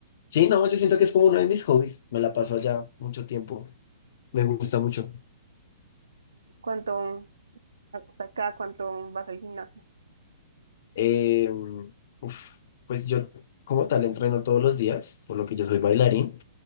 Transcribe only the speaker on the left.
sí, no, yo siento que es como uno de mis hobbies. Me la paso allá mucho tiempo. Me gusta
mucho.
Eh, mm, uf, pues yo como tal entreno todos los días, por lo que yo soy bailarín.